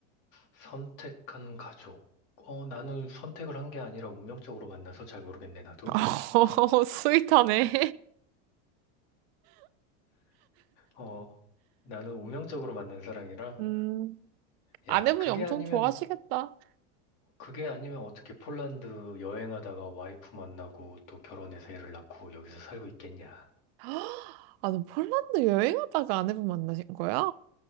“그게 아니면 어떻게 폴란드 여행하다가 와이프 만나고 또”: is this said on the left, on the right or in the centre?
Left